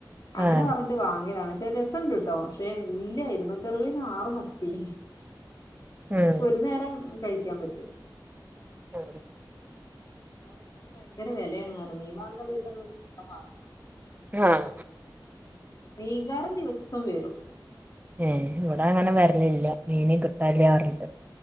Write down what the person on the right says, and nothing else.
ആഹ്
ഉം
ആഹ്
ആഹ്
ഏഹ് ഇവടെങ്ങനെ വരലില്ല മീന കിട്ടില്ലാർഞ്ഞിട്ട്